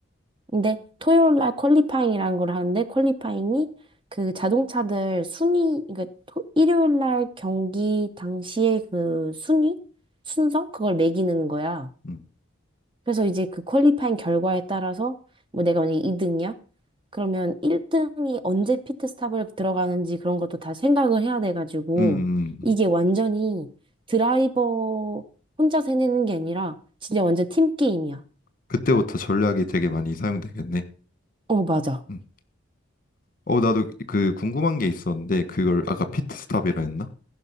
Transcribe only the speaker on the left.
음,
음, 음. 음.
그때부터 전략이 되게 많이 사용되겠네.
음. 어, 나도 그 궁금한 게 있었는데 그걸 아까 피트스탑이라 했나?